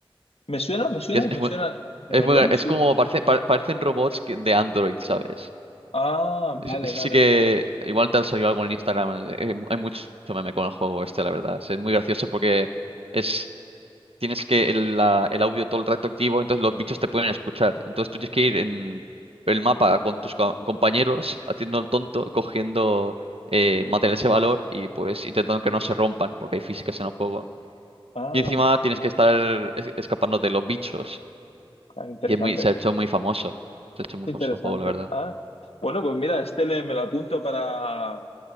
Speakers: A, on the left (about 85°); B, on the right (about 75°).
A: Me suena, me suena,
B: Que es,
A: me
B: es muy,
A: suena, de
B: es
A: verdad
B: muy-
A: me
B: es
A: suena.
B: como, parece, pa- parecen robots que- de Android, ¿sabes?
A: Ah, vale,
B: Ese ese
A: vale,
B: sí que
A: vale.
B: igual te ha salido algo en Instagram. eh, Hay mucho meme con el juego este, la verdad. Es muy gracioso porque... Es, tienes que el, la- el audio todo el rato activo, entonces los bichos te pueden escuchar. Entonces tú tienes que ir en el mapa con tus co- compañeros, haciendo el tonto, cogiendo eh, materiales de valor y pues intentando que no se rompan, porque hay físicas en el juego.
A: Ah,
B: Y encima tienes que estar es- escapando de los bichos,
A: ah, interesante,
B: y es muy, se ha hecho muy famoso. Se ha hecho muy
A: qué
B: famoso
A: interesante.
B: el juego, la verdad.
A: Ah, bueno, pues mira, este le- me lo apunto para,